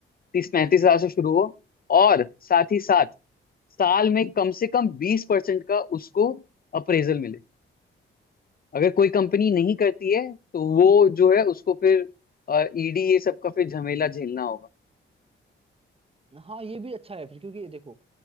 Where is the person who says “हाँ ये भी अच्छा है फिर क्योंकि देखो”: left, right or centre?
Right